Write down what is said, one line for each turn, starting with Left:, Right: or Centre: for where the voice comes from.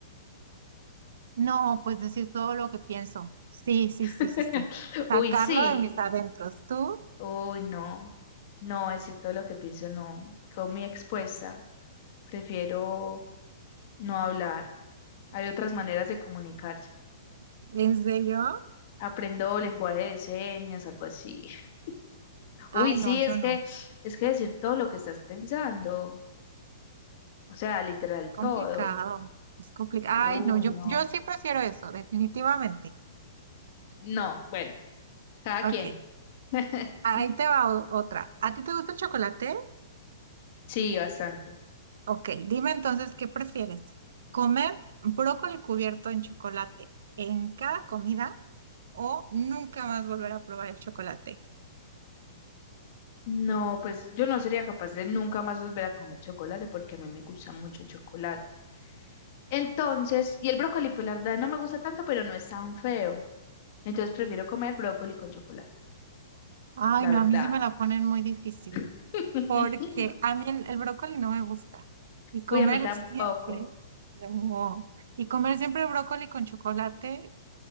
Right: No, pues decir todo lo que pienso. Sí, sí, sí,
Left: <laughs>
Right: sí, sí. Sacarlo
Left: Uy, sí.
Right: de mis adentros. ¿Tú?
Left: Uy, no. No, decir todo lo que pienso, no. Quedo muy expuesta. Prefiero no hablar. Hay otras maneras de comunicarse.
Right: ¿En serio?
Left: Aprendo lenguaje de señas, algo así. <laughs>
Right: Ay,
Left: Uy, sí,
Right: no, yo
Left: es
Right: no.
Left: que es que decir todo lo que estás pensando, o sea, literal
Right: Complicado.
Left: todo.
Right: Es complicado.
Left: Uh,
Right: Ay, no, yo,
Left: no.
Right: yo sí prefiero eso, definitivamente.
Left: No, bueno, cada
Right: Ok,
Left: quien. <laughs>
Right: ahí te va o- otra. ¿A ti te gusta el chocolate?
Left: Sí, bastante.
Right: Ok, dime entonces, ¿qué prefieres? ¿Comer brócoli cubierto en chocolate en cada comida o nunca más volver a probar el chocolate?
Left: No, pues yo no sería capaz de nunca más volver a comer chocolate porque a mí me gusta mucho el chocolate. Entonces, y el brócoli, pues la verdad no me gusta tanto, pero no es tan feo. Entonces prefiero comer brócoli con chocolate,
Right: Ay,
Left: la
Right: no,
Left: verdad.
Right: a mí sí me la ponen muy difícil
Left: <laughs>
Right: porque a mí el, el brócoli no me gusta y comer
Left: Uy, a mí tampoco.
Right: siempre, no, y comer siempre brócoli con chocolate,